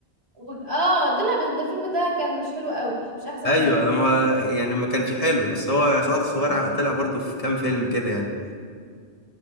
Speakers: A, on the right; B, on the left.
A: و... اه ده لا بس ده الفيلم ده كان مش حلو قوي
B: <laughs>
A: مش احسن
B: ايوه
A: حاجة
B: ما يعني ما كانش حلو بس هو سعد الصغير ع- طلع برضو في كام فيلم كده يعني